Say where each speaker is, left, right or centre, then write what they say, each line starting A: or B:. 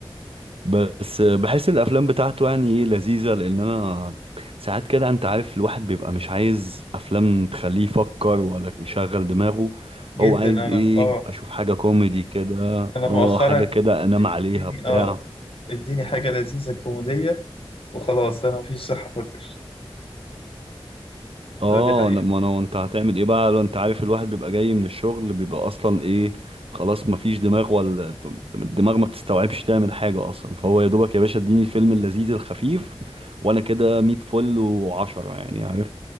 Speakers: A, on the right; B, on the left.
A: بس بحس الافلام بتاعته يعني ايه لذيذه لان انا ساعات كده انت عارف الواحد بيبقى مش عايز افلام تخليه يفكر ولا يشغل دماغه
B: جدا
A: هو عايز
B: انا
A: ايه
B: اه
A: اشوف حاجه كوميدي كده
B: انا
A: اه
B: مؤخرا
A: حاجه كده انام عليها
B: اديني
A: بتاع
B: اه اديني حاجه لذيذه كوميديه وخلاص انا مفيش صحه افكر
A: اه
B: لا دي حقيقه
A: ما انا انت هتعمل ايه بقى لو انت عارف الواحد بيبقى جاي من الشغل بيبقى اصلا ايه خلاص مفيش دماغ ولا الدماغ ما بتستوعبش تعمل حاجه اصلا فهو يا دوبك يا باشا اديني الفيلم اللذيذ الخفيف وانا كده 100 فل وعشرة يعني عارف